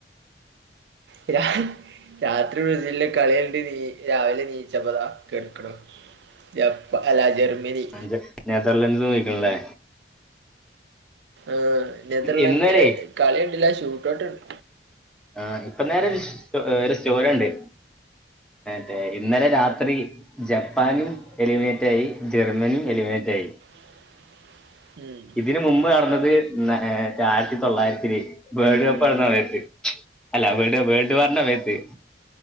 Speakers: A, on the right; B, in the centre.
A: ഇരാ രാത്രി ബ്രസീലെ കളിണ്ട നീ രാവിലെ നീച്ചപ്പതാ കെടുക്കണ ജപ്പ അല്ല ജർമ്മനി
B: ജ- നെതർലൻഡ്സും വയ്ക്കണല്ലേ
A: ആർ നെതർലൻഡന്റെ
B: ഇന്നേരെ
A: കളിണ്ടില്ല ഷൂട്ട്ഔട്ട്കണ്ട്
B: ആ ഇപ്പൊ നേര ഒരു ഒരു സ്റ്റോറുണ്ട് ട്ടെ ഇന്നലെ രാത്രി ജപ്പാനും എലിമിനേറ്റ് ആയി ജർമ്മനിയും എലിമിനേറ്റ് റ്റായി
A: <inaudible> ഉം.
B: ഇതിന് മുമ്പ് നടന്നത് മറ്റ ആയിരത്തി തൊള്ളായിരത്തിൽ വേൾഡ് കപ്പ് നടന്ന സമയത്ത് അല്ല വേൾഡ് വാർന്റെ സമയത്ത്